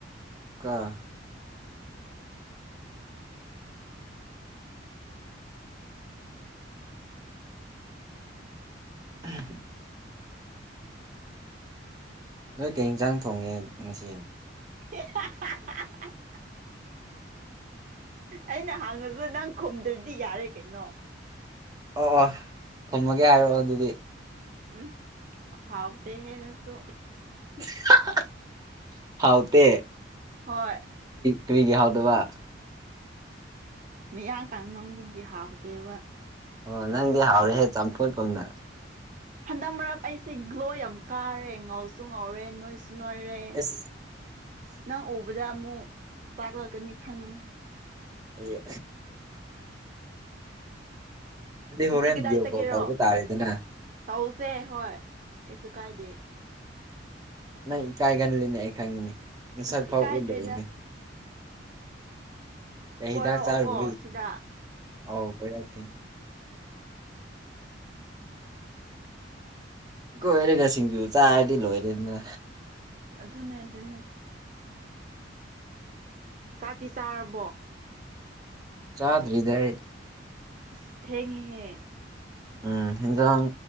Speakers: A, on the right; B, on the right.
A: <unintelligible> <unintelligible> ꯅꯣꯏ ꯀꯩ ꯏꯟꯖꯥꯡ ꯊꯣꯡꯉꯦ ꯉꯁꯤ
B: <unintelligible> ꯑꯩꯅ ꯍꯥꯡꯉꯁꯨꯗ ꯅꯪ ꯈꯨꯝꯗ꯭ꯔꯗꯤ ꯌꯥꯔꯦ ꯀꯩꯅꯣ
A: ꯑꯣ ꯑꯣ ꯈꯨꯝꯃꯒꯦ ꯍꯥꯏꯔꯛꯑꯣ ꯑꯗꯨꯗꯤ
B: ꯎꯝ ꯍꯥꯎꯇꯦ ꯍꯦ ꯅꯪꯁꯨ
A: <unintelligible> ꯍꯥꯎ ꯇꯦ
B: ꯍꯣꯏ
A: ꯀꯔꯤꯒꯤ ꯍꯥꯎꯇꯕ
B: ꯃꯤꯌꯥ ꯀꯥꯟ ꯃꯪꯗꯨꯒꯤ ꯍꯥꯎꯗꯦꯕ
A: ꯑꯣ ꯅꯪꯗꯤ ꯍꯥꯎꯔꯤꯍꯦ ꯆꯝꯐꯨꯠꯀꯨꯝꯅ
B: ꯍꯟꯗꯛ ꯃꯔꯛ ꯑꯩꯁꯦ ꯒ꯭ꯂꯣ ꯌꯥꯝ ꯀꯥꯔꯦ ꯉꯥꯎꯁꯨ ꯉꯥꯎꯔꯦ ꯅꯣꯏꯁꯨ ꯅꯣꯏꯔꯦ
A: ꯑꯁ
B: ꯅꯪ ꯎꯕꯗ ꯑꯃꯨꯛ ꯆꯥꯛꯂꯛꯀꯅꯤ ꯈꯪꯉꯤ
A: ꯌꯦ ꯍꯣꯔꯦꯟ
B: ꯁꯤ ꯀꯗꯥꯏ
A: ꯚꯤꯗꯤꯑꯣ
B: ꯆꯒꯦꯔꯣ
A: ꯀꯣꯜ ꯇꯧꯕ ꯇꯥꯔꯦꯗꯅ
B: ꯇ ꯁꯦ ꯍꯣꯏ ꯀꯩꯁꯨ ꯀꯥꯏꯗꯦ
A: ꯅꯪ ꯏꯀꯥꯏꯒꯜꯂꯤꯅꯦ ꯑꯩ ꯈꯪꯉꯤꯅꯦ ꯅꯪ
B: ꯑꯁ
A: ꯁꯛꯐꯥꯎ
B: ꯏꯀꯥꯏꯗ꯭ꯔꯦꯗ
A: ꯎꯠꯂꯣꯏꯅꯦ ꯑꯦꯗꯥꯛ
B: ꯀꯣꯏꯔꯛꯑꯣꯀꯣ
A: ꯆꯥꯕꯨ
B: ꯁꯤꯗ
A: ꯑꯥꯎ ꯀꯔꯦ <unintelligible> ꯀꯣꯏꯔꯒ ꯁꯤꯡꯖꯨ ꯆꯔꯗꯤ ꯂꯣꯏꯔꯦꯅ
B: ꯑꯗꯨꯅꯦ ꯑꯗꯨꯅꯦ ꯆꯥꯇꯤ ꯆꯥꯔꯕꯣ
A: ꯆꯥꯗꯔꯤꯗ ꯑꯩ
B: ꯑꯁ ꯊꯦꯡꯉꯤꯍꯦ
A: ꯎꯝ ꯍꯟꯖꯥꯡ